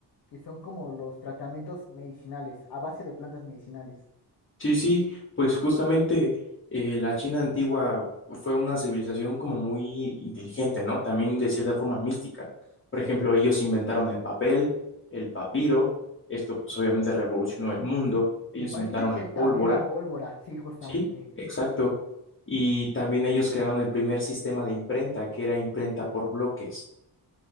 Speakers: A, on the left; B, on the left.
A: que son como los tratamientos medicinales, a base de plantas medicinales.
B: Sí, sí, pues justamente eh, la China antigua fue una civilización como muy inteligente, ¿no? También de cierta forma mística. Por ejemplo, ellos inventaron el papel, el papiro, esto pues obviamente revolucionó el mundo, ellos
A: Me parece
B: inventaron
A: que
B: la pólvora,
A: también la pólvora, sí, justamente.
B: sí, exacto. Y también ellos crearon el primer sistema de imprenta, que era imprenta por bloques.